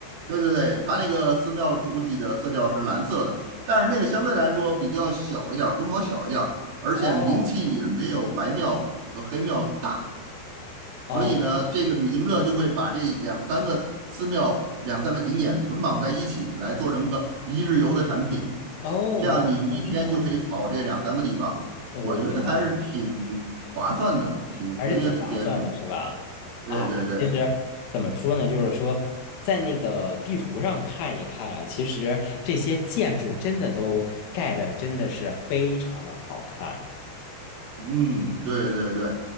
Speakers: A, on the right; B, on the left.
A: 对对对，它那个寺庙主体的色调是蓝色的，但是那个相对来说比较小一点儿规模小一点儿而且名气也没有白庙和黑庙大。
B: 哦
A: 所以呢，
B: 哦
A: 这个旅行社就会把这两三个寺庙、两三个景点捆绑在一起，来做成个一日游的产品。
B: 哦，
A: 这样你一天就可以跑这两三个地方，
B: 明白了，明白了，我、
A: 我觉得还是挺划算的，
B: 明白了。
A: 挺节约时间的。
B: 还是挺划算的，是吧？
A: 对对对，
B: 啊，其实怎么说呢，就是说在那个地图上看一看呀，其实这些建筑真的都盖的真的是非常的好看。
A: 嗯，对对对，